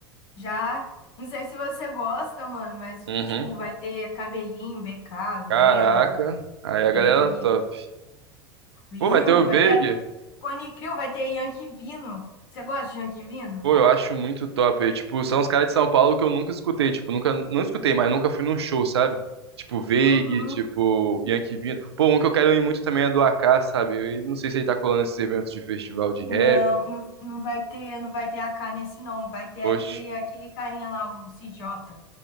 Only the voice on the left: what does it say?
já. Não sei se você gosta, mano, mas,
tipo, vai ter cabelinho, BK, Lennon.
Veig,
Quill,
vai
ter até. Cone Crew vai ter Yankee Vino. Você gosta de Yankee Vino?
Uhum.
Não,
não, não vai ter, não vai ter AK nesse não, vai ter
aquele aquele carinha lá, o CJ,